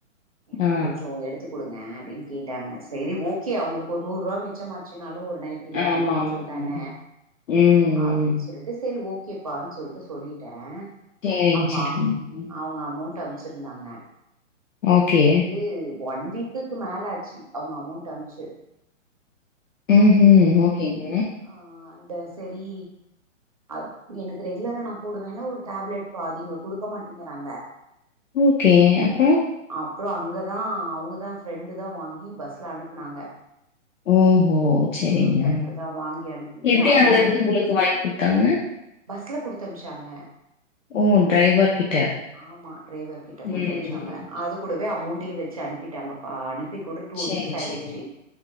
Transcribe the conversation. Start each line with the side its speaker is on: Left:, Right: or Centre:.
Right: எனக்கு
Left: ஆ,
Right: கொஞ்சோ எடுத்து குடுங்க அப்டின்னு கேட்டாங்க செரி ஓகே அவுங்களுக்கு ஒரு நூறு ரூவா மிச்சம் ஆச்சுனாலு ஒரு நைட் டில
Left: ஆ. ஆமாமா.
Right: மிச்சோந்தான
Left: ம், ம்.
Right: அப்டின்னு சொல்லிட் டு செரி ஓகேப்பான்னு சொல்ட்டு சொல்லிட்டே
Left: சரிங்க,
Right: அவுங்கா
Left: சரிங்க. ம்.
Right: அவுங்க அமௌண்ட் அம்ச்சிருந்தாங்க
Left: ஓகே.
Right: அது வந்து ஒன் வீக் க்கு மேல ஆச்சி அவுங்க அமௌண்ட் அம்ச்சு
Left: ம் ஹும் ஓகேங்க
Right: ஆ அந்த செரி அது எனக்கு ரெகுலரா நா போடுவேலா ஒரு டேப்லெட் பாதி இங்க குடுக்க மாட்டேங்கிறாங்க
Left: ஓகே அப்பறோ
Right: அப்பறோ அங்க தா அவுங்க தா ஃப்ரெண்டு தா வாங்கி பஸ்ல அனுப்புனாங்க
Left: ம் ஹூ செரிங்க
Right: ஆ அங்க இருந்துதா வாங்கி அனுப்பிட்டு
Left: எப்டி
Right: அதோட
Left: அங்க இருந்து உங்களுக்கு வாங்கி குடுத்தாங்க
Right: பஸ்ல குடுத்து அம்ச்சாங்க
Left: ஓ! டிரைவர் கிட்ட.
Right: ஆமா டிரைவர் கிட்ட குடுத்து
Left: ம்.
Right: அனுப்சாங்க அது கூடவே அமௌண்ட்டையு வச்சு அனுப்பிட்டாங்க பா அனுப்பி கூட டூ
Left: சரி,
Right: வீக்ஸ் ஆயிடுச்சு
Left: சரி.